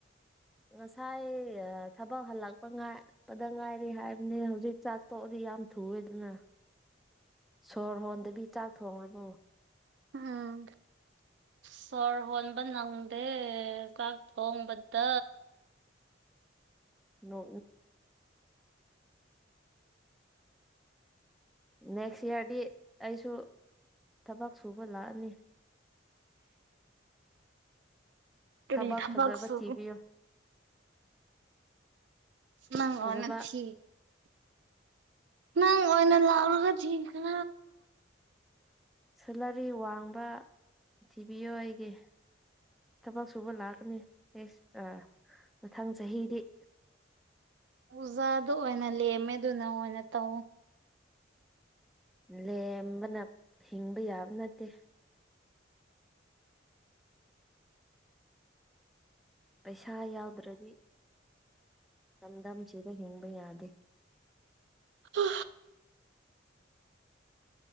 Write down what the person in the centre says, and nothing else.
ꯉꯁꯥꯏ ꯊꯕꯛ ꯍꯜꯂꯛꯄ ꯉꯥꯏꯄꯗ ꯉꯥꯏꯔꯤ ꯍꯥꯏꯕꯅꯤ ꯍꯧꯖꯤꯛ ꯆꯥꯛ ꯇꯣꯛꯑꯗꯤ ꯌꯥꯝ ꯊꯨꯑꯦꯗꯅ ꯁꯣꯔ ꯍꯣꯟꯗꯕꯤ ꯆꯥꯛ ꯊꯣꯡꯉꯕꯨ
ꯅ ꯅꯦꯛꯁ ꯏꯌꯥꯔꯗꯤ ꯑꯩꯁꯨ ꯊꯕꯛ ꯁꯨꯕ ꯂꯥꯛꯑꯅꯤ
ꯊꯕꯛ
ꯐꯖꯕ ꯊꯤꯕꯤꯌꯨ
ꯐꯖꯕ
ꯁꯨꯜꯂꯔꯤ ꯋꯥꯡꯕ ꯊꯤꯕꯤꯌꯣ ꯑꯩꯒꯤ ꯊꯕꯛ ꯁꯨꯕ ꯂꯥꯛꯀꯅꯤ ꯑꯦꯁ ꯃꯊꯪ ꯆꯍꯤꯗꯤ <inaudible>
ꯂꯦꯝꯕꯅ ꯍꯤꯡꯕ ꯌꯥꯕ ꯅꯠꯇꯦ ꯄꯩꯁꯥ ꯌꯥꯎꯗ꯭ꯔꯗꯤ ꯇꯝ ꯇꯝ ꯆꯗ ꯍꯤꯡꯕ ꯌꯥꯗꯦ